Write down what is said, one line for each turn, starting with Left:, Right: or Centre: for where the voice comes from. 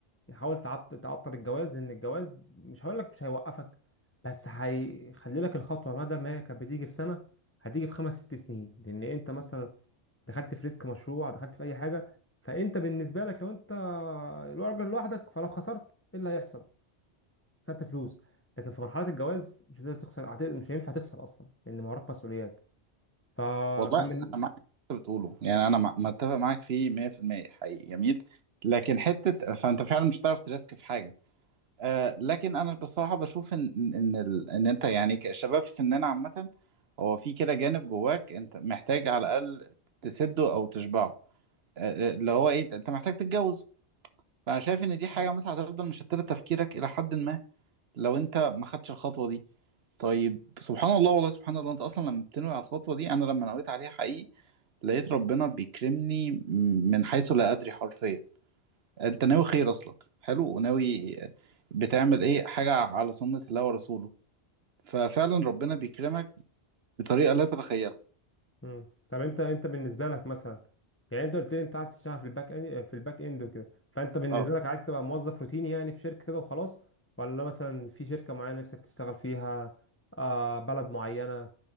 Left: حاول تعط- تعطل الجواز لان الجواز مش هقول لك مش هيوقفك بس هيخلي لك الخطوه بدل ما هي كانت بتيجي في سنه هتيجي في خمس ست سنين لان انت مثلا دخلت في ريسك مشروع دخلت في اي حاجه فانت بالنسبه لك لو انت الراجل لوحدك فلو خسرت ايه اللي هيحصل خدت فلوس لكن في مرحله الجواز مش هتقدر تخسر هت- مش هينفع تخسر اصلا لان ما وراك مسؤوليات فكان
Right: والله انا
Left: من
Right: معاك في اللي انت بتقوله يعني انا مع- متفق معاك فيه 100% حقيقي جميل لكن حتة فانت فعلا مش هتعرف تريسك في حاجة آه، لكن انا بصراحه بشوف ان ان ان ال- إن انت يعني كشباب في سننا عامه هو في كده جانب جواك انت محتاج على الاقل تسده او تشبعه آه، آه، اللي هو ايه انت محتاج تتجوز فانا شايف ان دي حاجه مثلا هتفضل مشتته تفكيرك الى حد ما لو انت ما خدتش الخطوه دي طيب سبحان الله والله سبحان الله انت اصلا لما بتنوي على الخطوه دي انا لما نويت عليها حقيقي لقيت ربنا بيكرمني م- من حيث لا ادري حرفيا انت ناوي خير اصلك حلو وناوي بتعمل ايه حاجه على سنه الله ورسوله ففعلا ربنا بيكرمك بطريقه لا تتخيلها
Left: مم. طب انت انت بالنسبه لك مثلا يعني انت قلت لي انت عايز تشتغل في الباك اند في الباك اند وكده فانت بالنسبه
Right: اه
Left: لك عايز تبقى موظف روتيني يعني في شركه كده وخلاص ولا مثلا في شركه معينه نفسك تشتغل فيها آه بلد معينه